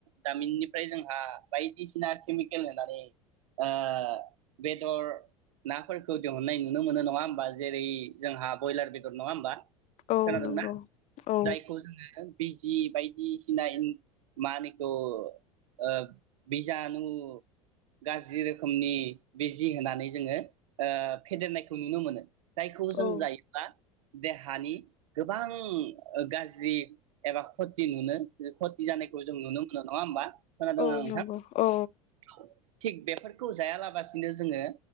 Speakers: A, on the right (about 70°); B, on the left (about 40°).
A: दामिननिफ्राय जोंहा बायदिसिना केमिकेल होनानै ओ बेदर नाफोरखौ दिहुननाय नुनो मोनो नङा होमबा जेरै जोंहा बयलार बेदर नङा होमबा, खोनादोंना?
B: औ नंगौ औ
A: जायखौ जोङो बिजि बायदि फिनायनि मानिखौ ओ बिजानु गाज्रि रोखोमनि बिजि होनानै जोङो ओ फेदेरनायखौ नुनो मोनो, जायखौ जों
B: औ
A: जायोब्ला, देहानि गोबां ओ गाज्रि एबा खथि नुनो, जोफद जानायखौ जों नुनो मोनो नङा होमबा खोनादों
B: औ
A: ना? नोंथां
B: नंगौ औ
A: औ थिग बेफोरखौ जायालाबसिनो जोङो